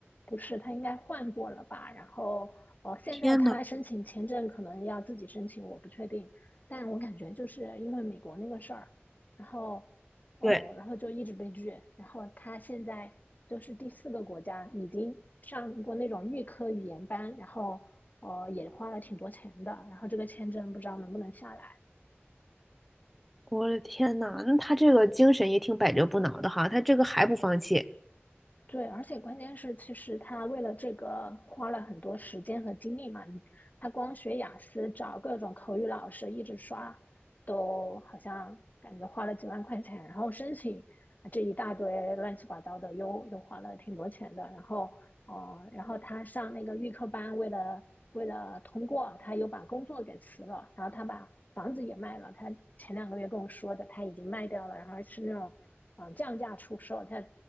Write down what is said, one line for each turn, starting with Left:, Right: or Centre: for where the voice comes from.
Left: 不是，他应该换过了吧？然后，呃，现在他申请签证可能要自己申请，
Centre: 天呐，
Left: 我不确定。但我感觉就是因为美国那个事儿，然后，哦、
Centre: 对，
Left: 然后就一直被拒。然后他现在就是第四个国家，已经上过那种预科语言班，然后，呃，也花了挺多钱的。然后这个签证不知道能不能下来。
Centre: 我的天呐，那他这个精神也挺百折不挠的哈，他这个还不放弃。
Left: 对，而且关键是，其实他为了这个花了很多时间和精力嘛。你他光学雅思，找各种口语老师一直刷，都好像感觉花了几万块钱。然后申请这一大堆乱七八糟的，又又花了挺多钱的。然后哦、呃然后他上那个预科班，为了为了通过，他又把工作给辞了，然后他把房子也卖了。他前两个月跟我说的，他已经卖掉了，然后是那种嗯呃降价出售，他